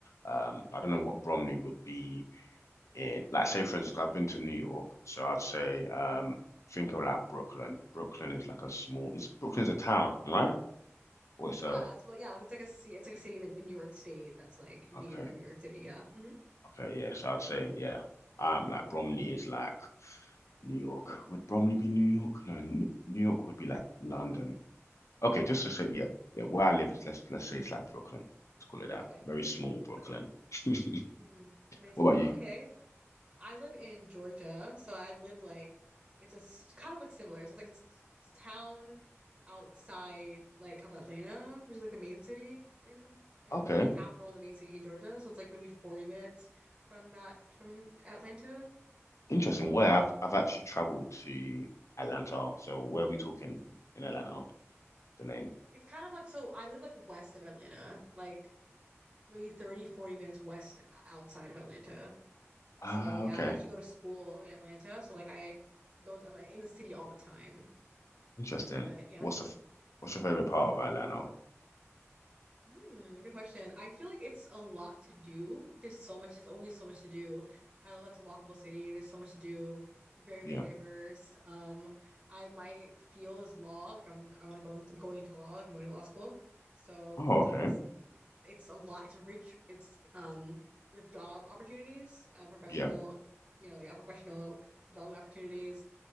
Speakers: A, on the left; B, on the right.
A: Um,
B: hmm
A: I don't know what Bromley would be in, like, say, for instance, I've been to New York, so I'd say, um, think of like Brooklyn. Brooklyn is like a small, it's Brooklyn's a town, right? Or it's a,
B: Yeah, it's well, yeah, it's like a ci- it's like a city in in New York State that's like near
A: okay.
B: New York City. Yeah. hmm
A: Okay, yes, I'd say yeah. Um, like Bromley is like New York. Would Bromley be New York? No, N- New York would be like London. Okay, just to say yeah, yeah. Where I live is let's let's say it's like Brooklyn. Let's call it that.
B: Okay.
A: Very small Brooklyn.
B: Okay.
A: <laughs>
B: Mm, very
A: What
B: small.
A: about you?
B: Okay. I live in Georgia, so I live like it's a s- kind of like similar. So it's like a s- town outside like of Atlanta, which is like the main city in in
A: Okay,
B: the capital and the main city in Georgia. So it's like maybe 40 minutes from that from Atlanta.
A: interesting.
B: Um,
A: Where I've I've actually traveled to Atlanta. So where are we talking in Atlanta? The name.
B: it's kind of like so I live like west of Atlanta, like maybe 30, forty minutes west outside of Atlanta.
A: Ah,
B: So yeah,
A: okay,
B: I actually go to school in Atlanta. So like I go to, I'm like, in the city all the time.
A: interesting.
B: But yeah,
A: What's the f- what's your favorite part of Atlanta?
B: Mm, good question. I feel like it's a lot to do. There's so much, there's always so much to do. I love that's a walkable city. There's so much to do. Very, very
A: Yeah.
B: diverse. Um, I my field is law, like I'm I want to go in, I'm going into law, like I'm going to law school. So
A: Oh, okay.
B: it's it's it's a lot. It's rich. It's um with job opportunities, uh, professional,
A: Yeah,
B: you know, yeah, professional development opportunities.